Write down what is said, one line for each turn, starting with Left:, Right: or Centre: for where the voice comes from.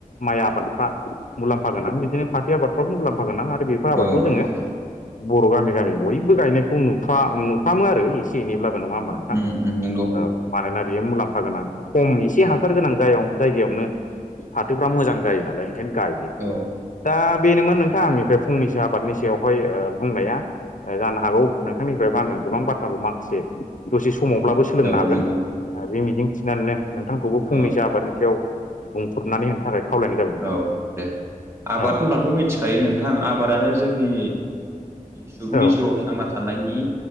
Left: माइ आबादफ्रा मुलाम्फा गोनां बिदिनो फाथो आबादफ्रावबो मुलाम्फा गोनां आरो बेफोर आबादखौ
Right: औ उम
Left: जोङो बर' गामि गामि बयबो गायनायखौ नुफ नुफ्रामो आरो एसे एनैब्लाबो नङा होमबा नोंथां
Right: उम नंगौ
Left: औ मानोना बेयो मुलाम्फा गोनां खम एसे
Right: उम
Left: हासार गोनां जायगायाव जायगायावनो फाथोफ्रा मोजां जायो नालाय ओंखायनो गायो
Right: औ
Left: दा बेनोमोन नोंथां आंनिफ्राय फंनैसो आबादनि सायावहाय बुंनाया जानो हागौ नोंथांनिफ्रायबो आङो गोबां बाथ्राखौ माखासे दसे समावब्लाबो सोलोंनो
Right: औ
Left: हागोन
Right: नंगौ
Left: बे मिजिं थिनानैनो नोंथांखौबो फंनैसो
Right: औ दे
Left: आबादनि खायाव बुंथबनानै होनो थाखाय खावलायनाय जाबाय नोंथां
Right: औ दे आबाद
Left: औ
Right: होनब्लाथ' मिथिखायो नोंथां आबादानो जोंनि सुबुंनि
Left: औ
Right: जिउआव थांना थानायनि